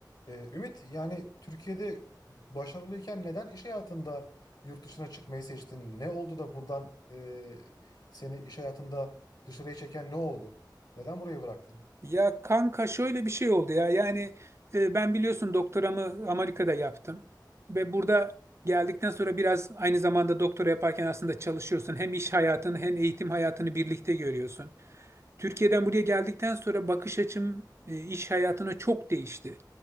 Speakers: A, on the left (about 65°); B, on the right (about 35°).
A: Ee, Ümit yani Türkiye'de başarılıyken neden iş hayatında yurt dışına çıkmayı seçtin? Ne oldu da buradan e, seni iş hayatında dışarıya çeken ne oldu? Neden burayı bıraktın?
B: Ya kanka şöyle bir şey oldu ya. Yani e, ben biliyorsun doktoramı Amerika'da yaptım. Ve burada geldikten sonra biraz aynı zamanda doktora yaparken aslında çalışıyorsun. Hem iş hayatını hem eğitim hayatını birlikte görüyorsun. Türkiye'den buraya geldikten sonra bakış açım e, iş hayatına çok değişti.